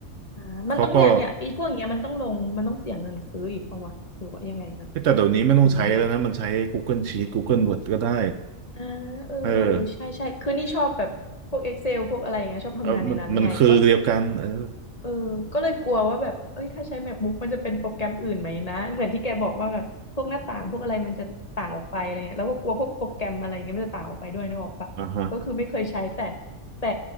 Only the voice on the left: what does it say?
อ่ามันต้องเนี่ยเนี่ยไอ้พวกเนี้ยมันต้องลงมันต้องเสียเงินซื้ออีกป่าวะหรือว่ายังไงนะ
หรือมันมี
อ๋อ
อ่าเออว่ะเออใช่ใช่คือนี่ชอบแบบพวก
Excel พวกอะไรอย่างเงี้ยชอบทำงานในนั้นไงก็
เออก็เลยกลัวว่าแบบเอ้ยถ้าใช้ MacBook มันจะเป็นโปรแกรมอื่นไหมนะเหมือนที่แกบอกว่าแบบพวกหน้าต่างพวกอะไรมันจะต่างออกไปอะไรเงี้ยแล้วก็กลัวพวกโปรแกรมอะไรเงี้ยมันจะต่างออกไปด้วยนึกออกปะก็คือไม่เคยใช้แต่
แต่